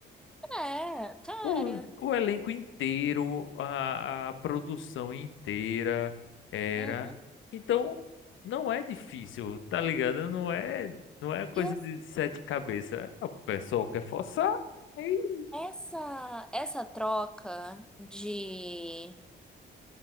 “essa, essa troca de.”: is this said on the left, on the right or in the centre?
Centre